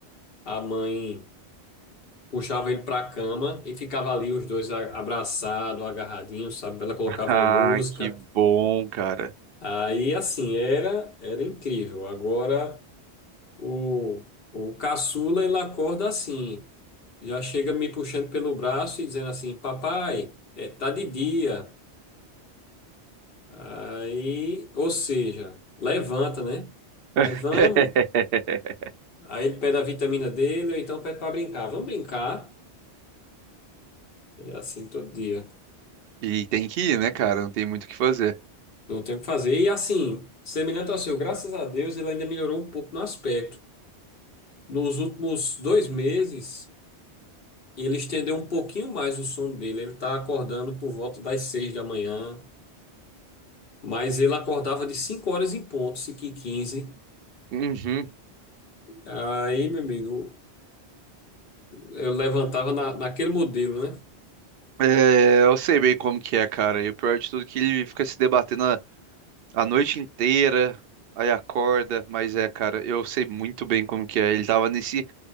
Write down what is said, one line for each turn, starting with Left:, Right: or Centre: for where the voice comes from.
Left: a mãe puxava ele para a cama e ficava ali os dois a- abraçados, agarradinhos, sabe? Ela colocava
Right: ah,
Left: uma música.
Right: que bom, cara.
Left: Aí assim, era era incrível. Agora o o caçula ele acorda assim, já chega me puxando pelo braço e dizendo assim: "Papai, é, tá de dia." Aí, ou seja, levanta, né?
Right: <laughs>
Left: Aí vamos. Aí ele pede a vitamina dele, ou então pede para brincar. Vamos brincar. É assim todo dia.
Right: E tem que ir, né, cara? Não tem muito o que fazer.
Left: Não tem o que fazer. E assim, semelhante ao seu, graças a Deus, ele ainda melhorou um pouco no aspecto. Nos últimos dois meses, ele estendeu um pouquinho mais o sono dele. Ele tá acordando por volta das seis da manhã. Mas ele acordava de 5 horas em ponto, 5 e 15.
Right: Uhum.
Left: Aí, meu amigo, eu levantava na, naquele modelo, né?
Right: É, eu sei bem como que é, cara. E o pior de tudo é que ele fica se debatendo. a noite inteira, aí acorda, mas é, cara, eu sei muito bem como que é. Ele tava nesse,